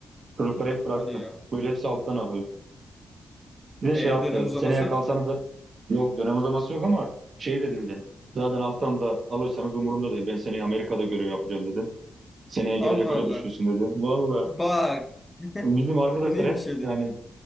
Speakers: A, on the right (about 60°); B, on the left (about 15°).
A: Çocukları hep bıraktı.
B: Hadi ya.
A: Böyle hepsi alttan alıyor. Bir de
B: Ee
A: şey yaptı.
B: dönem uzaması.
A: Seneye kalsanız da yok dönem uzaması yok ama şey dedi bir de. Zaten alttan da alırsanız umurumda değil. Ben seneye Amerika'da görev yapacağım dedi. Seneye gelecek
B: Allah
A: hoca
B: Allah.
A: düşünsün dedi. Valla
B: Bak. <laughs>
A: bizim arkadaşlar
B: O neymiş
A: hep
B: öyle?
A: yani